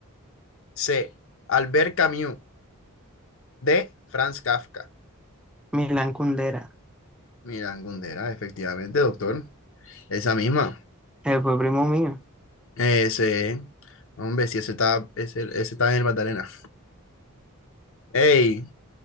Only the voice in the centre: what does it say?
Milán Kundera.
Él fue primo mío.